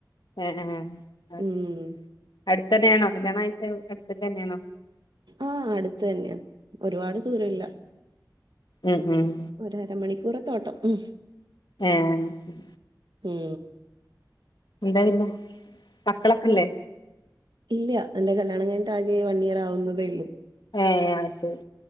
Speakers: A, on the left (about 80°); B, on the right (about 75°).
A: ആ ആഹ് അത്
B: ഉം
A: ശരി അടുത്തന്നെ ആണോ കല്യാണം കഴിച്ച അടുത്ത് തന്നെയാണോ
B: ആഹ് അടുത്ത് തന്നെയാ ഒരുപാട് ദൂരമില്ല
A: ഉം ഉം
B: ഒരു അര മണിക്കൂറത്തെ ഓട്ടം ഉം
A: ആഹ് ശരി
B: ഉം
A: എന്ത പിന്നെ മക്കളൊക്കെല്ലേ
B: ഓ ഇല്ല എന്റെ കല്യാണം കഴിഞ്ഞിട്ട് ആകെ വൺ ഇയർ ആവുന്നതേ ഉള്ളൂ
A: ഏഹ് അത് ശരി